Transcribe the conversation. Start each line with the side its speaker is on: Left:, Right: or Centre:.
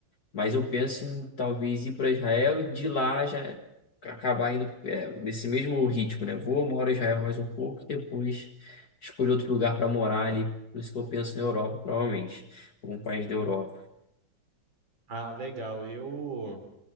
Left: Mas eu penso em talvez ir para Israel e de lá já acabar indo é, nesse mesmo ritmo, né? Vou, moro em Israel mais um pouco e depois escolho outro lugar para morar ali. Por isso que eu penso na Europa, provavelmente. Algum país da Europa.
Right: Ah, legal. Eu